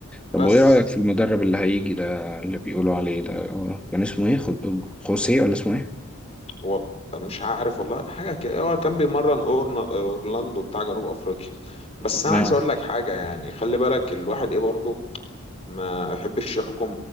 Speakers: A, in the centre; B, on the left.
A: طب
B: بس
A: وإيه رأيك في المدرب اللي هيجي ده اللي بيقولوا عليه ده كان اسمه إيه؟ خو- خوسيه ولا اسمه إيه؟
B: هو مش عارف والله حاجه كده هو كان بيمرن أورنا- اورلاندو بتاع جنوب افريقيا بس انا
A: آه
B: عايز اقول لك حاجه يعني خلي بالك الواحد ايه برضه ما يحبش يحكم